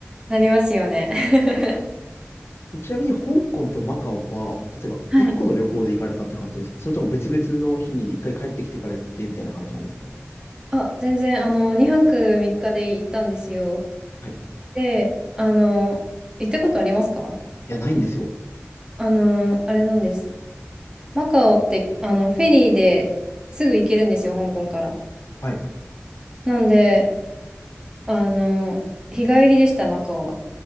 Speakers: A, on the right; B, on the left.
A: なりますよね。<laughs>
B: でちなみに香港とマカオは、例えば一個の旅行で行かれたって感じですかそれとも別々の日に一回帰ってきてから行ってみたいな感じなんですか
A: はい。<laughs> あ、全然あの2泊3日で行ったんですよ。
B: はい。い
A: で、あの行ったことありますか
B: や、ないんですよ。
A: あのあれなんです。マカオってあのフェリーですぐ行けるんですよ、香港から。
B: はい。
A: なんで、あの日帰りでした、マカオは。